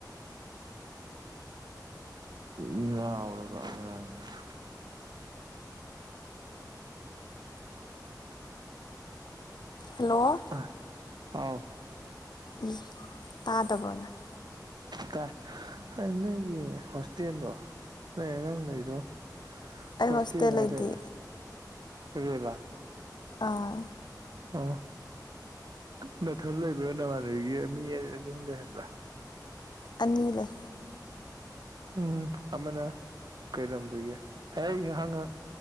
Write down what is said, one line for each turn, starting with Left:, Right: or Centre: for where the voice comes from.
Right: ꯉꯥꯎꯔꯕ ꯑꯉꯥꯡꯅꯦꯗ
Left: ꯍꯜꯂꯣ
Right: ꯑ ꯍꯥꯎ
Left: ꯏꯤ ꯇꯥꯗ꯭ꯕꫭ ꯅꫭꯏ
Right: ꯇꯥꯏ ꯅꯪꯒꯤ ꯍꯣꯁꯇꯦꯜꯗꯣ ꯅꯣꯏ ꯑꯉꯥꯡ ꯂꯩꯗꯣ
Left: ꯑꯩ
Right: ꯍꯣꯁꯇꯦꯜ
Left: ꯍꯣꯁꯇꯦꯜꯂꯩꯗꯤ
Right: ꯍꯥꯏꯗꯥꯏꯅꯦ ꯔꯦꯜꯂꯥ
Left: ꯑꯥ
Right: ꯑꯣ ꯅꯥꯊꯟ ꯂꯩꯕ꯭ꯔꯥ ꯅꯃꯥꯟꯅꯕꯤꯒꯤ ꯃꯤ ꯑꯅꯤ ꯑꯍꯨꯝ ꯂꯩꯍꯟꯕ꯭ꯔꯥ
Left: ꯑꯅꯤ ꯂꯩ
Right: ꯎꯝ ꯑꯃꯅ ꯀꯩꯂꯥꯝꯗꯒꯤ ꯍꯦ ꯍꯪ ꯍꯪ